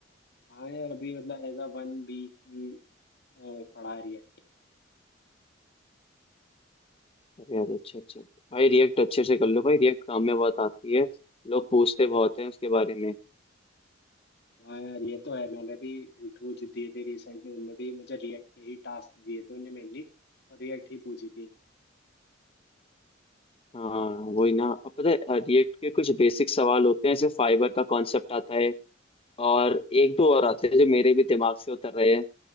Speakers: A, on the left; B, on the left.
A: हाँ यार अभी मतलब एज अ वन बी की अ, पढ़ा है रिएक्ट
B: अरे अरे अच्छा अच्छा भाई रिएक्ट अच्छे से कर लो भाई रिएक्ट काम में बहुत आती है लोग पूछते बहुत हैं उसके बारे में
A: हाँ यार ये तो है मैंने भी इंटरव्यूज दिए थे रिसेंटली उनमें भी मुझे रिएक्ट के ही टास्क दिए थे उन्हें मेनली और रिएक्ट ही पूछी थी
B: हाँ वही ना अब पता है रिएक्ट के कुछ बेसिक सवाल होते हैं जैसे फाइबर का कॉन्सेप्ट आता है और एक दो और आते हैं जो मेरे भी दिमाग से उतर रहे हैं